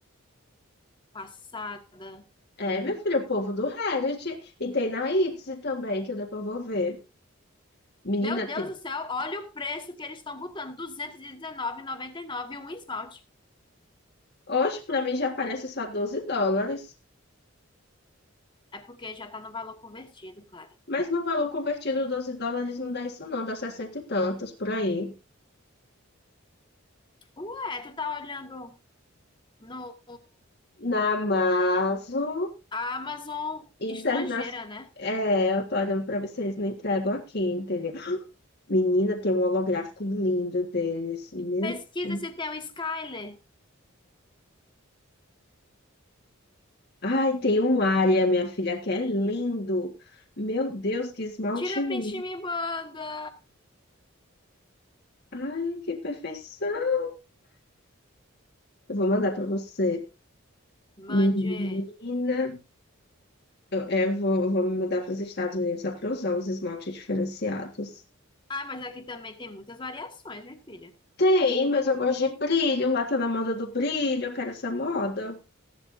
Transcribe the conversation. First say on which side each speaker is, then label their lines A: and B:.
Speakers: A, on the left (about 25°); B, on the left (about 50°).
A: Passada.
B: É, minha filha, o povo do Reddit. E tem na Etsy também, que eu depois vou ver. Menina,
A: Meu Deus
B: tem.
A: do céu, olha o preço que eles estão botando, 219,99 um esmalte.
B: Hoje, pra mim, já parece só doze dólares.
A: É porque já tá no valor convertido, claro.
B: Mas no valor convertido, 12 dólares não dá isso, não. Dá sessenta e tantos por aí.
A: Ué, tu tá olhando no
B: Na Amazon
A: a Amazon
B: Internacional.
A: estrangeira, né?
B: É, eu tô olhando pra ver se eles não entregam aqui, entendeu? Menina, tem um holográfico lindo deles. Meu
A: Pesquisa
B: Deus.
A: se tem um Skyler.
B: Ai, tem um área, minha filha, que é lindo. Meu Deus, que esmalte
A: Tira
B: lindo.
A: print e me manda.
B: Ai, que perfeição. Eu vou mandar para você.
A: Mande.
B: Menina, eu, é, eu vou, eu vou me mudar para os Estados Unidos só para usar os esmaltes diferenciados.
A: Ah, mas aqui também tem muitas variações, minha filha.
B: Tem, mas eu gosto de brilho. Lá tá na moda do brilho. Eu quero essa moda.